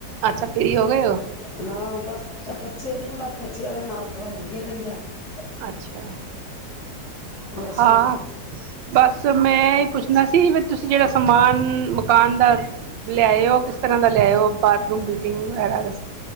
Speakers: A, on the right (about 85°); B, on the left (about 60°).
A: ਅੱਛਾ ਫ੍ਰੀ ਹੋ ਗਏ ਹੋ
B: ਹਾਂ ਬਸ ਬੱਚੇ ਨੇ ਬਸ ਬੱਚੇ ਦੇ ਨਾਲ ਥੋੜਾ ਲੱਗੇ ਰਹੀ ਦਾ ਹੈ
A: ਅੱਛਾ
B: ਹੋਰ
A: ਹਾਂ
B: ਸੁਣਾਓ
A: ਬਸ ਮੈਂ ਪੁੱਛ ਸੁਣਾ ਸੀ ਵੀ ਤੁਸੀਂ ਜਿਹੜਾ ਸਮਾਨ ਦੁਕਾਨ ਦਾ ਲਿਆਇਓ ਕਿਸ ਤਰ੍ਹਾਂ ਦਾ ਲਿਆਇਓ ਬਾਥਰੂਮ ਵੀ <unintelligible>